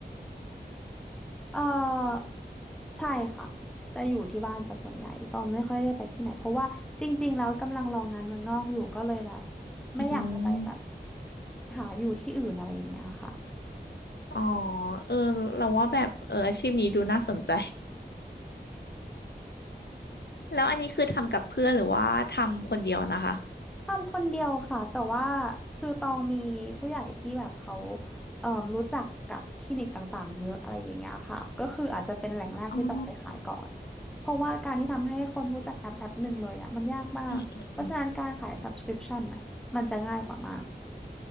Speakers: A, in the centre; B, on the left.
A: เออใช่ค่ะจะอยู่ที่บ้านซะส่วนใหญ่ต้องไม่ค่อยได้ไปที่ไหนเพราะว่าจริงๆแล้วกำลังรองานเมืองนอกอยู่ก็เลยแบบไม่อยากจะไปแบบ
B: อืม
A: หาอยู่ที่อื่นอะไรอย่างเงี้ยค่ะ
B: อ๋อเออเราว่าแบบเอออาชีพนี้ดูน่าสนใจ แล้วอันนี้คือทำกับเพื่อนหรือว่าทำคนเดียวนะคะ
A: ทำคนเดียวค่ะแต่ว่าคือตองมีผู้ใหญ่ที่แบบเขาเอ่อรู้จักกับคลินิกต่างๆเยอะอะไรอย่างเงี้ยค่ะก็คืออาจจะเป็นแหล่งแรกที่ตองไปขายก่อนเพราะว่าการที่ทำให้คนรู้จักแอปแอปหนึ่งเลยอ่ะมันยากมากเพราะฉะนั้นการขาย
B: อ๋ออืมอืมอม
A: subscription น่ะมันจะง่ายกว่ามาก